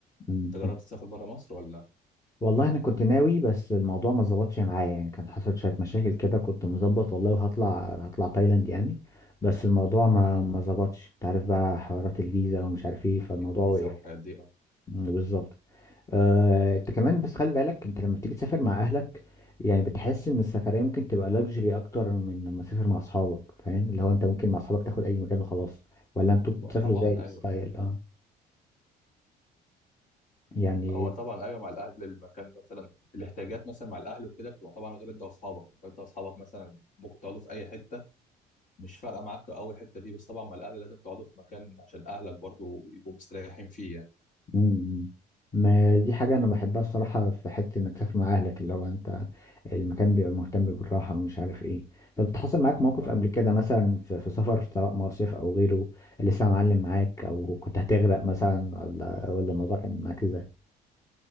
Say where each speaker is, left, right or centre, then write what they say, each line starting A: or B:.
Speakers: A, on the left; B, on the left.
A: مم.
B: انت جربت تسافر بره مصر ولا
A: والله انا كنت ناوي بس الموضوع ما ظبطش معايا يعني كان حصل شويه مشاكل كده كنت مظبط والله وهطلع هطلع تايلاند يعني بس الموضوع ما
B: آه
A: ما ظبطش انت عارف بقى حوارات الفيزا ومش عارف ايه فالموضوع
B: إيه الفيزا
A: وقف
B: والحاجات دي اه
A: مم، بالظبط آه، انت كمان بس خلي بالك انت لما بتيجي تسافر مع اهلك يعني بتحس ان السفريه ممكن تبقى لاكجري اكتر من لما تسافر مع اصحابك فاهم اللي هو انت ممكن مع اصحابك تاخد اي مكان وخلاص ولا انتوا بتسافروا
B: يبقى طبعا
A: ازاي الستايل
B: ايوه
A: اه يعني
B: هو طبعا ايوه مع الاهل المكان مثلا الاحتياجات مثلا مع الاهل وكده بتبقى طبعا غير انت واصحابك انت أنت واصحابك مثلا ممكن تقعدوا في اي حته مش فارقه معاك اول حته دي بس طبعا مع الاهل لازم تقعدوا في مكان عشان اهلك برضو يبقوا مستريحين فيه يعني
A: مم. ما دي حاجه انا بحبها الصراحه في حته انك تسافر مع اهلك اللي هو انت المكان بيبقى مهتم بالراحه ومش عارف ايه طب حصل معاك موقف
B: آه.
A: قبل كده مثلا في, في سفر سواء مصيف او غيره اللي لسه معلم معاك او كنت هتغرق مثلا ولا ولا الموضوع كان معاك ازاي